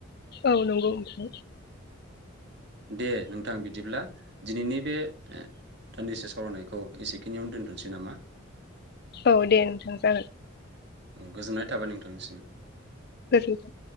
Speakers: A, on the left; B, on the right.
A: औ नंगौ नोंथां
B: दे नोंथां बिदिब्ला दिनैनि बे ओ दान्दिसे सावरायनायखौ एसेखिनियावनो दोन्थ'नोसै नामा।
A: औ दे नोंथां जागोन
B: उम गोजोननाय थाबाय नोंथांनिसिम।
A: गोजोनथों